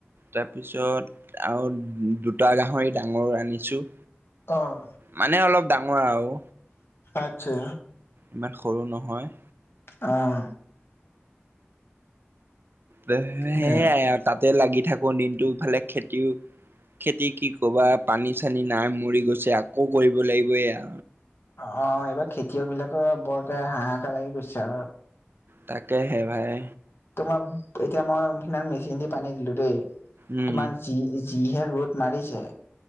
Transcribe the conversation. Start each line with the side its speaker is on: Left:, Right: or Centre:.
Right: তাৰপিছত আৰু দুটা গাহৰি ডাঙৰ আনিছো।
Left: অঁহ,
Right: মানে অলপ ডাঙৰ আৰু
Left: আচ্ছা।
Right: ইমান সৰু নহয়।
Left: অঁহ।
Right: সেয়াই
Left: হে।
Right: আৰু তাতে লাগি থাকো দিনটো এফালে খেতিও, খেতি কি কবা পানী-চানী নাই মৰি গৈছে আকৌ কৰিব লাগিব এয়া।
Left: অ' এইবাৰ খেতিয়ক বিলাকৰ বৰকে হাহাকা লাগি গৈছে।
Right: তাকে হে ভাই।
Left: তোমাৰ এতিয়া মই অমফেলই মেচিন দি পানী দিলো দেই,
Right: উম
Left: তোমাৰ যি যিহে ৰ'দ মাৰিছে,